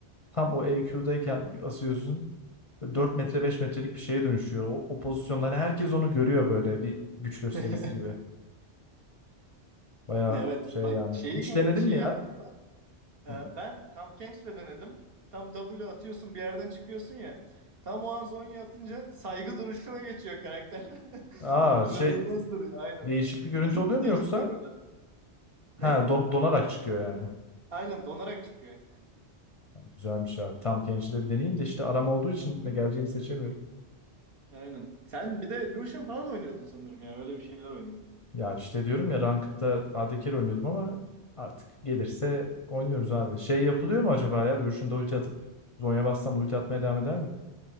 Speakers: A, on the left; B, on the right.
A: Tam o EQ'dayken bir basıyorsun 4 metre 5 metrelik bir şeye dönüşüyor. O, o pozisyonda hani herkes onu görüyor böyle bir güç gösterisi
B: <laughs>
A: gibi. Baya
B: Evet
A: şey
B: bak
A: yani.
B: şeyi
A: Hiç
B: gö-
A: denedin
B: şeyi
A: mi ya?
B: yaptım. Ee,
A: Hı.
B: ben tam Kench'le denedim. Tam W atıyorsun bir yerden çıkıyorsun ya. Tam o an Zonya atınca saygı duruşuna geçiyor karakter. <laughs>
A: Aa
B: İnanılmaz
A: şey
B: duruyor aynen.
A: değişik bir görüntü
B: Cuk
A: oluyor mu
B: diye
A: yoksa?
B: çıkıyor böyle.
A: Ha
B: Ne?
A: don- donarak çıkıyor yani.
B: Aynen donarak çıkıyor.
A: Güzelmiş abi. Tam Kenji'de bir deneyeyim de işte aram olduğu için ne geleceğini seçemiyorum.
B: Aynen. Sen bir de Lucian falan oynuyordun sanırım ya. Öyle bir şeyler oynuyordun.
A: Ya işte diyorum ya Ranked'da AD oynuyordum ama artık gelirse oynuyoruz abi. Şey yapılıyor mu acaba ya? Lucian'da ulti atıp Zonya bassam ulti atmaya devam eder mi?